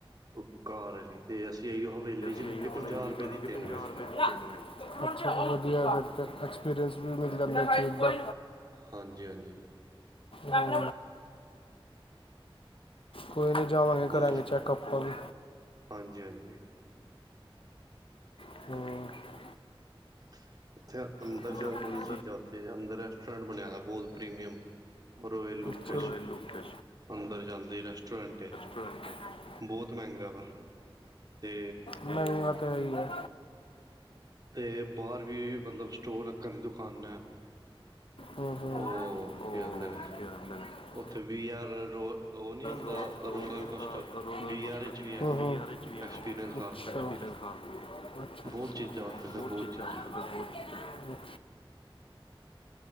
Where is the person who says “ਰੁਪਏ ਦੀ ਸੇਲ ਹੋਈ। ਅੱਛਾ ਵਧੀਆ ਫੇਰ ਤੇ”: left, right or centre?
Left